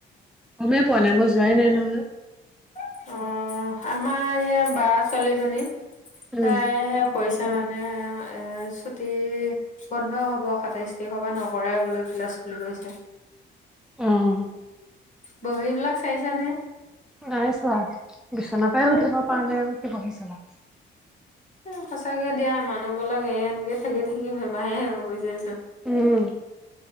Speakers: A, in the centre; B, on the left.
A: গমে পোৱা নাই মই যোৱাই নাই নহয়।
B: অঁ, আমাৰ এইয়া বা ছোৱালীজনী
A: উম,
B: তাই কৰিছে মানে এ ছুটি বন্ধ হ'ব সাতাইশ তাৰিখৰ পৰা নকৰে বোলে ক্লাছ খুলি গৈছে।
A: অঁ
B: বহী বিলাক চাইছানে?
A: নাই চোৱা, বিচনাৰ পৰায়
B: এ
A: উঠিব পৰা নাই কি বহি চাবা?
B: এ সঁচাকে দিয়া মানুহবিলাক এ এনেকে থাকি থাকি বেমাৰহে হৈ গৈছেচোন
A: উম,